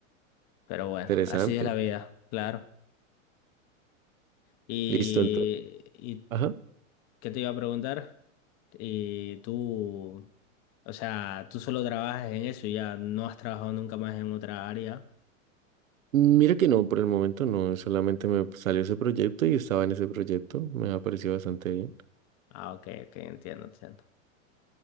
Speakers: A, on the left; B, on the right.
A: Pero bueno,
B: Interesante.
A: así es la vida, claro. Y,
B: Listo, entonces.
A: y
B: Ajá.
A: ¿qué te iba a preguntar? Y tú, o sea, tú solo trabajas en eso y ya no has trabajado nunca más en otra área.
B: Mira que no, por el momento no, solamente me salió ese proyecto y estaba en ese proyecto. Me ha parecido bastante bien.
A: Ah, ok, ok, entiendo, entiendo.